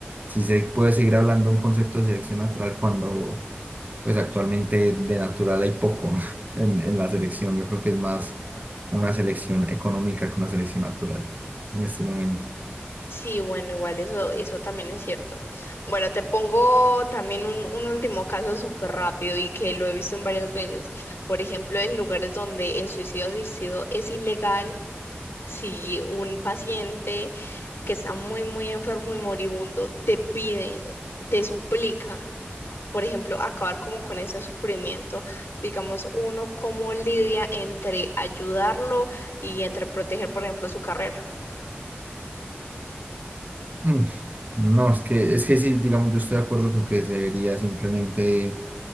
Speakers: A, on the right (about 45°); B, on the left (about 70°).
A: Si se puede seguir hablando de un concepto de selección natural cuando, pues actualmente de natural hay poco <laughs> en, en la selección. Yo creo que es más una selección económica que una selección natural en este momento.
B: Sí, bueno, igual eso, eso también es cierto. Bueno, te pongo también un, un último caso súper rápido y que lo he visto en varias veces. Por ejemplo, en lugares donde el suicidio asistido es ilegal, si un paciente que está muy, muy enfermo y moribundo te pide, te suplica, por ejemplo, acabar como con ese sufrimiento, digamos, uno cómo lidia entre ayudarlo y entre proteger, por ejemplo, su carrera.
A: Mm, No, es que, es que sí, digamos, yo estoy de acuerdo con que se debería simplemente